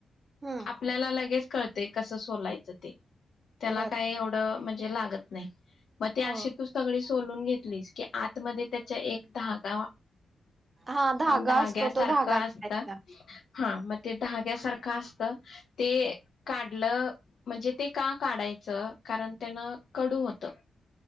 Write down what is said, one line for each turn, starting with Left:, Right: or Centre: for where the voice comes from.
Right: हम्म
Left: आपल्याला लगेच. कळतय, कसं सोलायचं ते. त्याला
Right: बर
Left: काय एवढं लागत नाही. मग ते अशे
Right: हो
Left: तू सगळी. सोलून घेतलीस की आतमध्ये त्याचा एक भाग
Right: हा धागा
Left: असतो. धाग्यासारखं
Right: तो धागा काढायचा
Left: असतं, हा मग ते धाग्यासारखंच असतं. ते काढलं म्हणजे ते का काढायचं, कारण. त्यांना कडू होतं